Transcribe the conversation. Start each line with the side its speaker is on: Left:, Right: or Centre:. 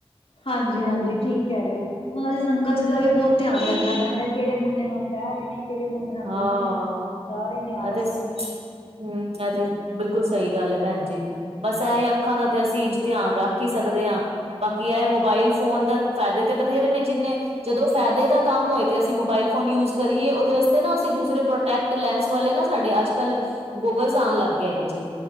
Left: ਹਾਂਜੀ, ਹਾਂਜੀ ਠੀਕ ਕਹਿ ਰਹੇ ਹੋ ਉਹਨਾਂ ਦੀ ਸੰਗਤ ਦਾ ਵੀ ਬਹੁਤ ਧਿਆਨ ਰਖਣਾ ਪੈਂਦਾ ਕਿਹੜੇ ਮੁੰਡੇ ਨਾਲ ਬਹਿ ਰਹੇ ਨੇ ਕਿਹੜੇ ਮੁੰਡੇ
Right: ਹਾਂ-ਹਾਂ
Left: ਨਾਲ ਉੱਠ ਰਹੇ ਨੇ ਜਾ ਰਹੇ ਨੇ ਆ
Right: ਇਹ ਤੇ
Left: ਰਹੇ ਨੇ।
Right: ਹਮ ਇਹ ਤੇ ਬਿਲਕੁਲ ਸਹੀ ਗੱਲ ਹੈ ਭੈਣ ਜੀ ਬਸ ਇਹ ਅੱਖਾਂ ਦਾ ਤੇ ਅਸੀਂ ਧਿਆਨ ਰੱਖ ਹੀ ਸਕਦੇ ਹਾਂ ਬਾਕੀ ਇਹ ਮੋਬਾਇਲ ਫੋਨ ਦਾ ਫਾਇਦੇ ਤੇ ਬਥੇਰੇ ਨੇ ਜਿੰਨੇ ਜਦੋਂ ਫਾਇਦੇ ਦਾ ਕੰਮ ਹੋਏ ਤੇ ਅਸੀਂ ਮੋਬਾਇਲ ਫੋਨ ਯੂਜ ਕਰੀਏ ਉਹਦੇ ਤੇ ਨਾ ਅਸੀਂ ਦੂਸਰੇ ਪ੍ਰੋਟੈਕਟ ਲੈਂਸ ਵਾਲੇ ਨਾ ਸਾਡੇ ਅੱਜ ਕੱਲ ਗੂਗਲਸ ਆਉਣ ਲੱਗ ਗਏ। ਲੱਗ ਗਏ ਜੇ